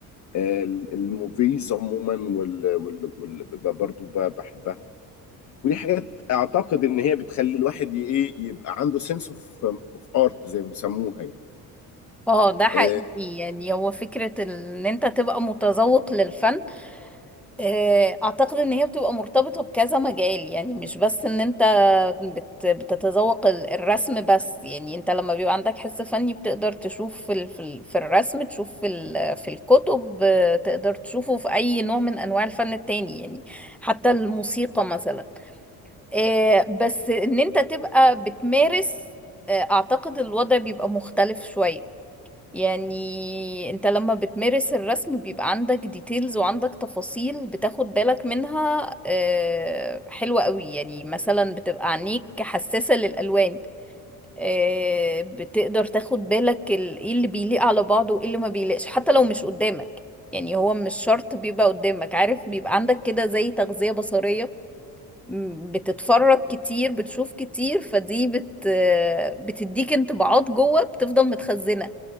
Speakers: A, on the left; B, in the centre.
A: آه، ال- الموفيز عموما وال... وال... وال... ب- برضو ب- بحبها ودي حاجات اعتقد ان هي بتخلي الواحد ي- ايه يبقى عنده سنس اوف اوف ارت زي ما بيسموها يعني
B: اه ده حقيقي
A: اه
B: يعني هو فكرة ال- ان انت تبقى متذوق للفن آه، اعتقد ان هي بتبقى مرتبطة بكذا مجال يعني مش بس ان انت بت- بتتذوق ال- الرسم بس يعني انت لما بيبقى عندك حس فني بتقدر تشوف في ال- في ال- في الرسم تشوف في ال- في الكتب آه، تقدر تشوفه في اي نوع من انواع الفن التاني يعني حتى الموسيقى مثلا آه، بس ان انت تبقى بتمارس آه، اعتقد الوضع بيبقى مختلف شوية يعني انت لما بتمارس الرسم بيبقى عندك ديتيلز وعندك تفاصيل بتاخد بالك منها آه، حلوة قوي يعني مثلا بتبقى عينيك حساسة للألوان آه، بتقدر تاخد بالك ال- ايه اللي بيليق على بعضه وايه اللي ما بيليقش حتى لو مش قدامك يعني هو مش شرط بيبقى قدامك عارف بيبقى عندك كده زي تغذية بصرية م، بتتفرج كتير بتشوف كتير فدي بت آه، بتديك انطباعات جوه بتفضل متخزنة